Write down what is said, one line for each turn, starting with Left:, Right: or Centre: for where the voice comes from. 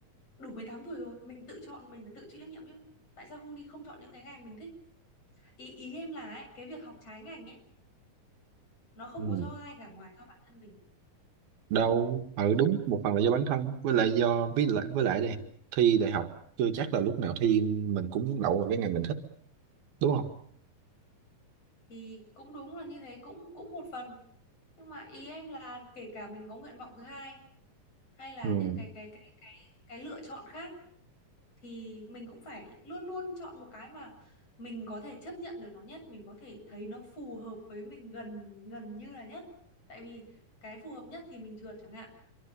Left: đủ 18 tuổi rồi mình tự chọn mình phải tự chịu trách nhiệm chứ tại sao không đi không chọn những cái ngành mình thích ý ý em là ấy, cái việc học trái ngành ấy nó không
Right: ừ.
Left: có do ai cả ngoài do bản thân mình
Right: đâu ừ đúng một phần là do bản thân với lại do với lại với lại đây thi đại học chưa chắc là lúc nào thi mình cũng đậu vào cái ngành mình thích đúng không
Left: thì cũng đúng là như thế cũng cũng một phần nhưng mà ý em là kể cả mình có nguyện vọng thứ hai hay là
Right: ừ.
Left: những cái cái cái cái cái lựa chọn khác thì mình cũng phải luôn luôn chọn một cái mà mình có thể chấp nhận được nó nhất mình có thể thấy nó phù hợp với mình gần gần như là nhất tại vì cái phù hợp nhất thì mình trượt chẳng hạn